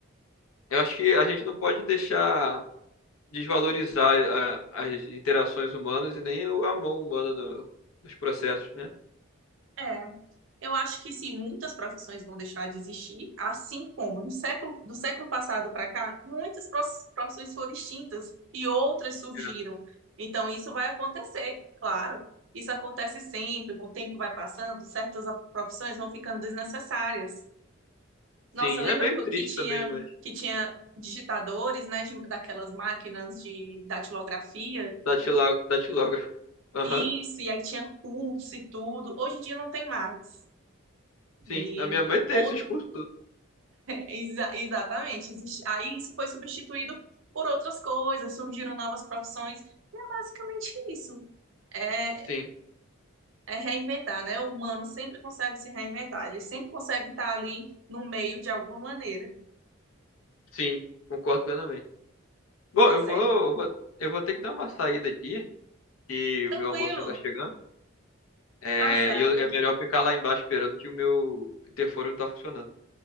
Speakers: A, on the left (about 80°); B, on the right (about 65°).
A: eu acho que a gente não pode deixar desvalorizar eh, a- as interações humanas e nem a mão humana no- nos processos, né?
B: É, Eu acho que sim, muitas profissões vão deixar de existir, assim como no século, do século passado para cá, muitas prof- profissões foram extintas e outras surgiram.
A: É.
B: Então, isso vai acontecer, claro. Isso acontece sempre, com o tempo vai passando, certas op- profissões vão ficando desnecessárias. Nossa,
A: Sim,
B: lembra
A: é meio
B: co-
A: triste
B: que tinha,
A: também, mas
B: que tinha digitadores, né, de- daquelas máquinas de datilografia?
A: datila- datilógrafo. Aham,
B: Isso, e aí tinha curso e tudo. Hoje em dia não tem mais.
A: Sim,
B: E
A: a minha mãe tem
B: ou
A: esses cursos todos.
B: Exa- exatamente. Existe- Aí isso foi substituído por outras coisas, surgiram novas profissões, e é basicamente isso. É,
A: Sim,
B: é reinventar, né? O humano sempre consegue se reinventar, ele sempre consegue estar ali no meio de alguma maneira.
A: sim, concordo plenamente. Bom,
B: Pois
A: eu vou,
B: é.
A: eu vou, eu vou ter que dar uma saída aqui, que
B: Tranquilo,
A: o meu almoço já tá chegando. É,
B: tá certo.
A: e eu- é melhor ficar lá embaixo esperando que o meu interfone não tá funcionando.